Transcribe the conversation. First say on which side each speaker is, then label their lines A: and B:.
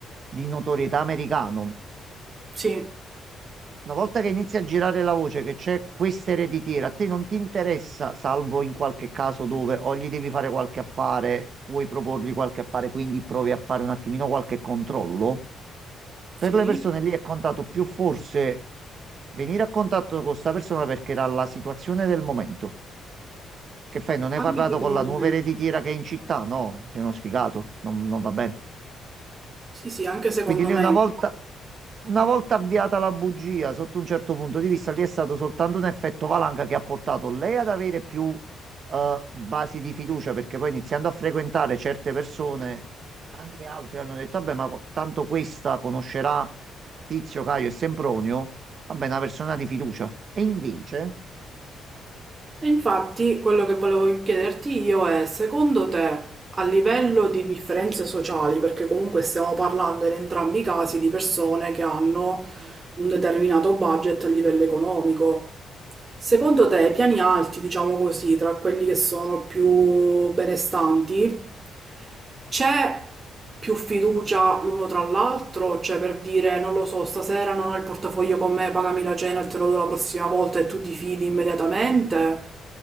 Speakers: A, on the right; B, on the right.
A: di notorietà americano,
B: Sì,
A: una volta che inizia a girare la voce che c'è questa ereditiera, a te non ti interessa, salvo in qualche caso dove o gli devi fare qualche affare, vuoi proporgli qualche affare, quindi provi a fare un attimino qualche controllo.
B: sì,
A: Per le persone lì è contato più forse venire a contatto con questa persona perché era la situazione del momento. Che fai? Non hai
B: anche
A: parlato
B: secondo
A: con la nuova
B: me.
A: ereditiera che è in città? No, sei uno sfigato, non non va bene.
B: Sì, sì, anche secondo
A: Quindi lì
B: me.
A: una volta, una volta avviata la bugia, sotto un certo punto di vista, lì è stato soltanto un effetto valanga che ha portato lei ad avere più eh, basi di fiducia, perché poi iniziando a frequentare certe persone, anche altri hanno detto, vabbè, ma co- tanto questa conoscerà Tizio, Caio e Sempronio, vabbè, è una persona di fiducia. E invece,
B: E infatti quello che volevo chiederti io è, secondo te, a livello di differenze sociali, perché comunque stiamo parlando in entrambi i casi di persone che hanno un determinato budget a livello economico, Secondo te, i piani alti, diciamo così, tra quelli che sono più benestanti, c'è più fiducia l'uno tra l'altro? Cioè, per dire, non lo so, stasera non ho il portafoglio con me, pagami la cena e te lo do la prossima volta e tu ti fidi immediatamente?